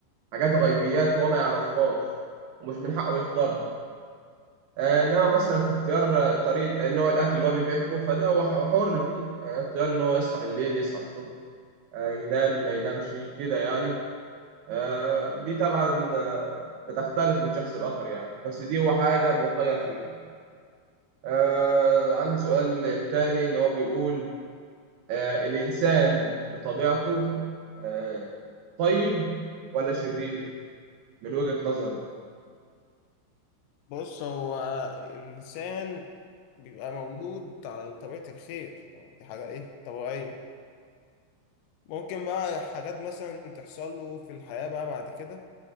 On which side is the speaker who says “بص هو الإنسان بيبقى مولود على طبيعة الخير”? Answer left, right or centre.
Left